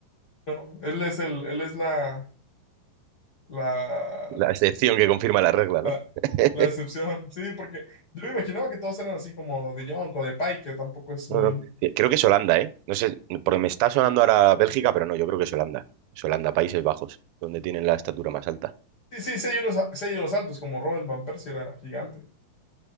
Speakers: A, on the left; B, on the right.
A: No, él es el, él es la, la,
B: La excepción que confirma la regla,
A: la,
B: ¿no? <laughs>
A: la excepción. Sí, porque yo me imaginaba que todos eran así como de Jong o de Pai, que tampoco es
B: No,
A: muy.
B: no. Eh, Creo que es Holanda, ¿eh? No sé, porque me está sonando ahora Bélgica, pero no, yo creo que es Holanda. Es Holanda, Países Bajos, donde tienen la estatura más alta.
A: Sí, sí, sí hay unos, sí hay unos altos, como Robin Van Persie era gigante